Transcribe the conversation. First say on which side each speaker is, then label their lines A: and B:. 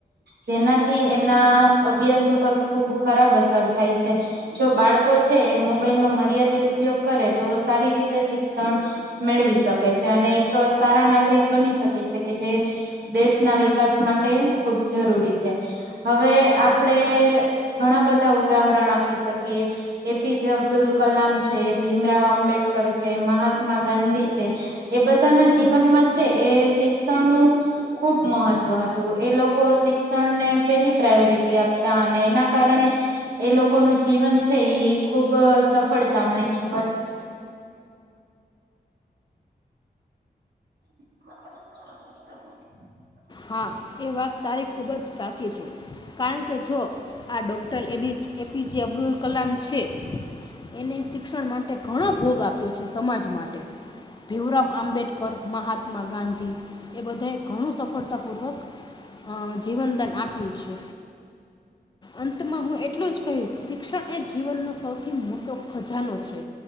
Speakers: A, on the right; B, on the left.
A: જેનાથી એના અભ્યાસ ઉપર ખુબ ખરાબ અસર થાય છે જો બાળકો છે એ મોબાઈલ નો મર્યાદિત ઉપયોગ કરે તો સારી રીતે શિક્ષણ મેળવી શકે છે અને એક સારા નાગરિક બની શકે છે કે જે દેશના વિકાસ માટે ખબ જરૂરી છે હવે આપડે ઘણા બધા ઉદાહરણ આપી શકીએ એપીજ અબ્દુલ કલામ છે ભીમરાવ આંબેડકર છે મહાત્મા ગાંધી છે એ બધાના જીવનમાં છે એ શિક્ષણનુંું ખુબ મહત્વ હતું એ લોકો લોકો શિક્ષણને પેલી પ્રાયોરિટી આપતા અને એના કારણે એ લોકોનું જીવન છે એ ખુબ સફળતામય બને <inaudible>
B: હા એ વાત તારી ખુબ જ સાચી છે કારણ કે જો આ ડોક્ટર એબી એપીજે અબ્દુલ કલામ છે એને શિક્ષણ માટે ઘણો ભોગ આપ્યો છે સમાજ માટે ભીમરામ આંબેડકર મહાત્મા ગાંધી એ બધાએ ઘણું સફળ તાપૂર્વક જીવનદાન આપ્યું છે અંતમાં હું એટલું જ કહીશ શિક્ષણ એ જીવનનો સૌથી મોટો ખજાનો છે